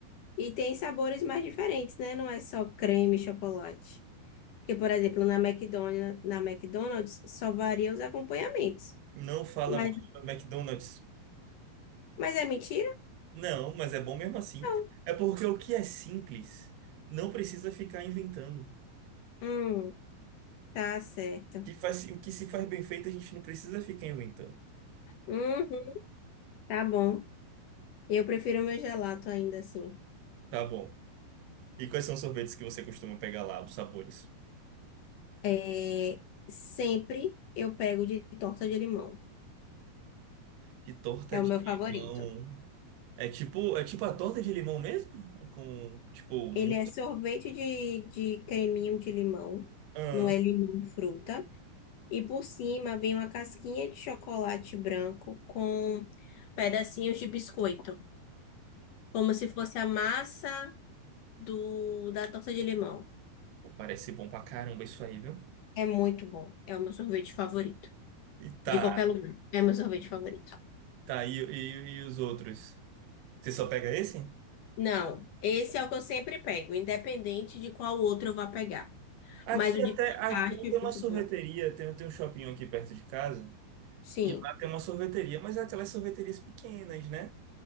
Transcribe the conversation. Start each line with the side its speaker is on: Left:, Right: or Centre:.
Left: E tem sabores mais diferentes, né? Não é só creme e chocolate. Porque, por exemplo, na McDonald's, na McDonald's só varia os acompanhamentos.
Right: Não fala
Left: Mas,
Right: mal do McDonald's.
Left: mas é mentira?
Right: Não, mas é bom mesmo assim.
Left: Não.
Right: É porque o que é simples não precisa ficar inventando.
Left: Hum, tá certo.
Right: que faz- o que se faz bem feito, a gente não precisa ficar inventando.
Left: Uhum, tá bom. Eu prefiro meu gelato ainda assim.
Right: Tá bom. E quais são os sorvetes que você costuma pegar lá, os sabores?
Left: É, sempre eu pego de torta de limão.
Right: Que torta
Left: É o
Right: de
Left: meu
Right: limão.
Left: favorito.
Right: É tipo, é tipo a torta de limão mesmo? Com, tipo, mu-
Left: Ele é sorvete de, de creminho de limão.
Right: ah,
Left: Não é limão fruta. E por cima vem uma casquinha de chocolate branco com pedacinhos de biscoito, como se fosse a massa do da torta de limão.
Right: Pô, parece bom pra caramba isso aí, viu?
Left: É muito bom. É o meu sorvete favorito.
Right: E tá,
Left: De qualquer lugar. É meu sorvete favorito.
Right: tá, e, e, e os outros? Você só pega esse?
Left: Não, esse é o que eu sempre pego, independente de qual outro eu vá pegar.
Right: Aqui
Left: Mas o de
Right: até,
Left: pistache
Right: aqui
Left: é
Right: tem
Left: muito
Right: uma sorveteria,
Left: bom.
Right: tem, tem um shopping aqui perto de casa.
Left: Sim,
Right: E lá tem uma sorveteria, mas é aquelas sorveterias pequenas, né?